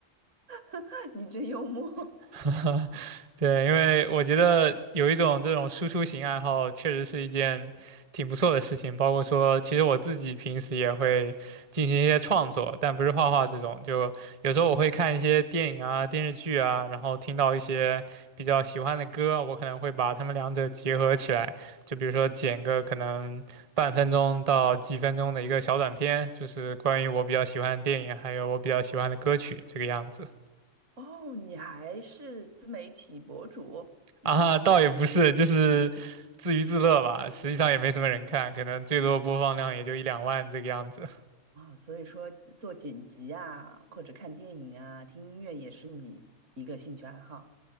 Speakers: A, on the right; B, on the right.
A: <laughs> 你真幽默
B: <laughs> 对，因为我觉得有一种这种输出型爱好，确实是一件挺不错的事情。包括说，其实我自己平时也会进行一些创作，但不是画画这种。就有时候我会看一些电影啊、电视剧啊，然后听到一些比较喜欢的歌，我可能会把它们两者结合起来。就比如说剪个可能半分钟到几分钟的一个小短片，就是关于我比较喜欢的电影，还有我比较喜欢的歌曲这个样子。
A: <laughs> 哦，你还是自媒体博主，
B: 啊，
A: 嗯，
B: 倒也不是，就是自娱自乐吧。实际上也没什么人看，可能最多播放量也就一两万这个样子。
A: 啊、所以说做剪辑啊，或者看电影啊，听音乐也是你一个兴趣爱好。